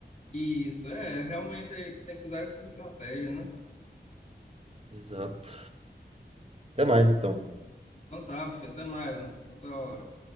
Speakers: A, on the left (about 40°); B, on the right (about 35°).
A: Isso, é, realmente tem que usar essas estratégias, né?
B: Exato. Até mais, então.
A: Então tá, meu filho, até mais, mano. até outra hora.